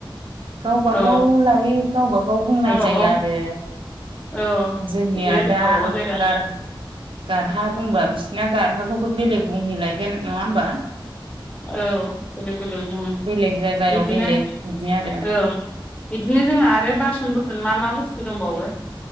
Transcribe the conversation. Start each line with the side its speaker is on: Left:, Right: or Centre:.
Right: गावबा
Left: औ
Right: गाव लायै गावबागाव बुंनाय
Left: गावबागाव
Right: जायो आरो
Left: औ
Right: जोंनिया
Left: बिदि आरो
Right: दा
Left: गावबागाव जायगा
Right: गार गारहा बुंबा बिसिना गारहाखौबो बेलेग बुंहैलायगोन नङा होमबा
Left: औ बेलेग बेलेग बुङो
Right: बेलेग जायगायाव
Left: बिदिनो
Right: बेलेग बिदि आरो
Left: औ बिदिनो जोंना आरो बासन बुरथन मा मा बुस्थु दंबावो